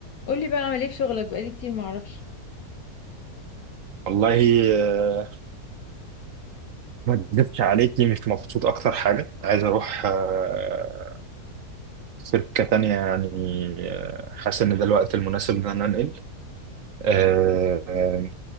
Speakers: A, on the left; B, on the right.
A: قولي بقى اعمل ايه في شغلك بقالي كتير معرفش
B: والله آه، ما اكذبش عليكي مش مبسوط اكتر حاجه عايز اروح آه، شركه تانية يعني آه، حاسس ان ده الوقت المناسب ان انا انقل آه، آه،